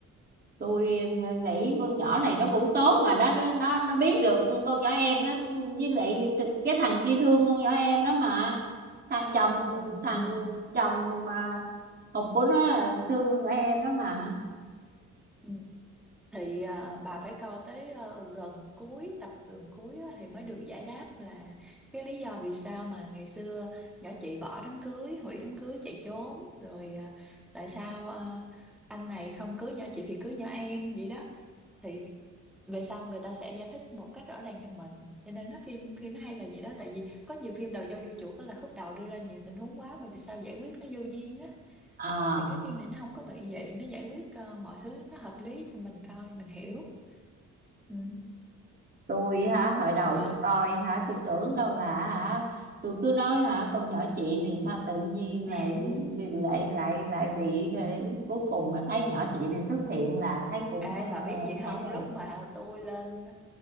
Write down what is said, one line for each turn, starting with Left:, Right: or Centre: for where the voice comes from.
Right: tôi ờ, nghĩ con nhỏ này nó cũng tốt mà nó nó nó nó biết được con nhỏ em nó với lại th- cái thằng kia thương con nhỏ em đó mà thằng chồng
Centre: Ừ,
Right: thằng
Centre: ừ,
Right: chồng mà hụt của nó là thương con nhỏ em đó mà
Centre: ừ. Thì à, bà phải coi tới ờ, gần cuối tập gần cuối á, thì mới được giải đáp là cái lý do vì sao mà ngày xưa nhỏ chị bỏ đám cưới, hủy đám cưới chạy trốn rồi à, tại sao à, anh này không cưới nhỏ chị thì cưới nhỏ em vậy đó. thì về sau người ta sẽ giải thích một cách rõ ràng cho mình cho nên nó phim phim nó hay là gì đó tại vì có nhiều phim đầu dâu đuôi chuột á là khúc đầu đưa ra nhiều tình huống quá mà vì sao giải quyết nó vô duyên á
Right: à
Centre: thì cái phim này nó không có bị vậy nó giải quyết ờ, mọi thứ nó hợp lý cho mình coi mình hiểu ừ.
Right: tôi hả hồi đầu
Centre: rồi
Right: tôi coi hả tôi tưởng đâu là hả tôi cứ nói hả con nhỏ chị này sao tự nhiên lại
Centre: <laughs>
Right: lại lại lại bị thế. cuối cùng mà thấy nhỏ chị này xuất hiện là thấy cũng
Centre: Ê,
Right: ờ,
Centre: bà biết gì
Right: ấy
Centre: không
Right: rồi
Centre: lúc mà tôi lên